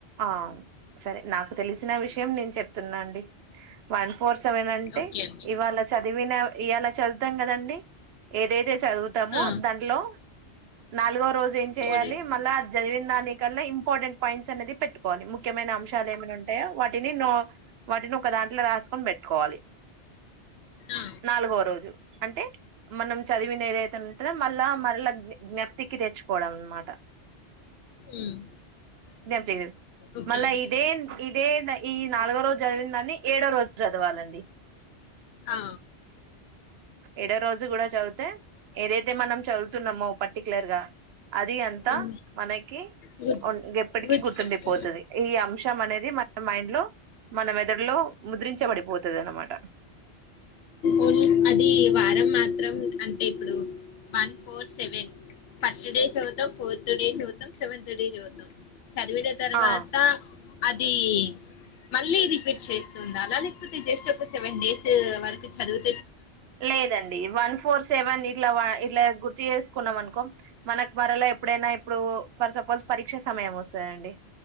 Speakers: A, on the right (about 70°); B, on the left (about 70°).
A: ఆహ్ సరే నాకు తెలిసిన విషయం నేను చెప్తున అండి వన్ ఫోర్ సెవెన్ అంటే
B: ఓకే అండి
A: ఇవాళ చదివిన ఇయాల చదువుతాం కదండి ఏదైతే చదుతము
B: ఆ,
A: దాంట్లో నాలుగో రోజు ఏం చేయాలి
B: కోడేశ్వర్
A: మళ్ళ జదివిన దానీ కన్న ఇంపార్టెంట్ పాయింట్స్ అనేది పెట్టుకోవాలి ముఖ్యమైన అంశాలు ఏమైనా ఉంటాయా వాటిని నో వాటిని ఒక దాంట్లో రాసుకొని బెట్కోవాలి
B: ఆ,
A: నాలుగో రోజు అంటే మనం చదివినఏదైతే ఉంటదో మల మరల జ్ఞప్తికి తెచ్చుకోవడం అనమాట
B: ఉమ్,
A: <unintelligible>
B: ఓకే
A: మళ్ళ
B: అండి
A: ఇదేంద్ ఇ ఇదే ఈ నాలుగో రోజు చదివిందన్ని ఏడో రోజు చదవాలండి
B: ఆ
A: ఎడో రోజు కూడా చదివితే ఏదైతే మనం చదువుతున్నామో పర్టికులర్ గ అది అంతా
B: ఆ.
A: మనకి
B: గుర్తు
A: ఎప్పటికీ
B: గుర్తుపట్టు
A: గుర్తుండిపోతది ఈ అంశం అనేది మన మైండ్ లో మనం ఎదడలో ముద్రించబడిపోతది అన్నమాట
B: ఓన్లీ అది వారం మాత్రం అంటే ఇప్పుడు one four seven first day చదువుతాం ఫోర్త్ డే చదువుతాం సెవెంత డే చదువుతాం చదివిన తర్వాత
A: ఆ
B: అది మళ్ళీ రిపీట్ చేస్తూ ఉండాలా లేకపోతే జస్ట్ ఒక సెవెన్ డేస్ వరకు చదువు
A: లేదండి వన్ ఫోర్ సెవెన్ ఇట్లా వ ఇట్లా గుర్తు చేసుకున్నాం అనుకో మనకు మరలా ఎప్పుడైనా ఇప్పుడు ఫర్ సపోజ్ పరీక్ష సమయం వస్త ద అండి